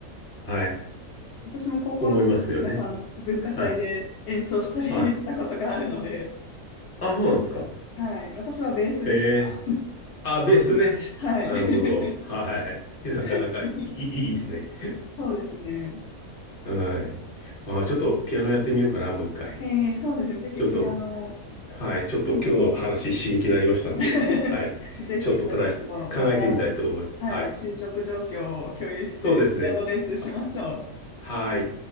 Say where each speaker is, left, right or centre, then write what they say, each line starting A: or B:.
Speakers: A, on the left; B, on the left.
A: はい。
B: 私も高校の時、
A: 思いますよね。
B: 皆さん文化祭で演奏したりしたことがあるので、
A: はい。はい。あ、そうなんですか。
B: はい。私はベースでした。
A: ええあ、ベースね。
B: <laughs> はい。
A: なるほど。はい。なかなかいい、
B: <laughs>
A: いいですね。
B: そうですね。
A: はい。あー、ちょっとピアノやってみようかな、もう一回。
B: ええそうですね。ぜひピアノ。
A: ちょっと、はい。ちょっと今日の話刺激になりましたんで、
B: うん <laughs>
A: はい。
B: ぜひ、
A: ちょっとトライして、
B: じゃあちょっとまた、
A: 考えてみたいと思います。
B: はい、
A: はい。
B: 進捗状況を共有して、
A: そうですね。
B: ピアノ練習しましょう。
A: は、はい。